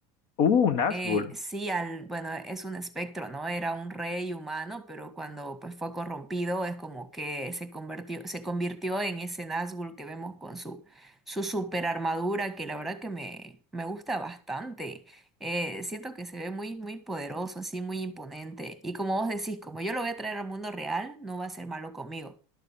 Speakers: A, on the left; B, in the centre.
A: Uh, un Nazgûl.
B: Eh, sí, al, bueno, es un espectro, ¿no? Era un rey humano, pero cuando pues fue corrompido es como que se convirtió, se convirtió en ese Nazgûl que vemos con su, su super armadura, que la verdad que me, me gusta bastante. Eh, siento que se ve muy, muy poderoso, así, muy imponente. Y como vos decís, como yo lo voy a traer al mundo real, no va a ser malo conmigo.